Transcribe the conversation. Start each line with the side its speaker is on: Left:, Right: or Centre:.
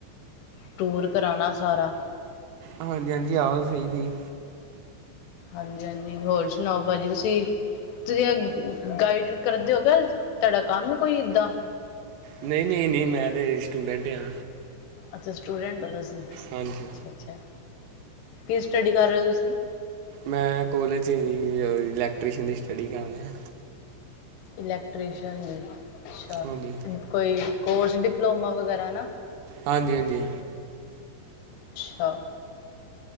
Left: ਟੂਰ ਕਰਾਉਣਾ ਸਾਰਾ-
Right: ਹਾਂਜੀ ਹਾਂਜੀ ਆਵਾਜ਼ ਸਹੀ ਸੀ
Left: ਹਾਂਜੀ ਹਾਂਜੀ ਹੋਰ ਸੁਣਾਓ ਭਾਜੀ ਤੁਸੀਂ ਤੁਸੀਂ ਗਾਈਡ ਕਰਦੇ ਹੋ ਕ ਤੁਹਾਡਾ ਕੰਮ ਕੋਈ ਏਦਾਂ
Right: ਨਹੀ- ਨਹੀ- ਨਹੀ ਮੈਂ ਤੇ ਸਟੂਡੈਂਟ ਹਾਂ।
Left: ਅਛਾ ਸਟੂਡੈਟ ਹੋ ਤੁਸੀ ਅੱਛਾ-
Right: ਹਾਂਜੀ
Left: ਅੱਛਾ ਕੀ ਸਟੱਡੀ ਕਰ ਰਹੇ ਹੋ ਤੁਸੀ
Right: ਮੈ ਕੋਲੇਜ ਇਲੈਕਟ੍ਰੀਸ਼ਨ ਦੀ ਸਟੱਡੀ ਕਰਦਾ
Left: ਇਲੈਕਟ੍ਰੀਸ਼ਅਨ ਦੀ ਅਛਾ-
Right: ਹਾਂਜੀ
Left: ਕੋਈ ਕੋਰਸ ਡਿਪਲੋਮਾ ਵਗੈਰਾ ਨਾ-
Right: ਹਾਂਜੀ -ਹਾਂਜੀ-
Left: ਅਛਾ-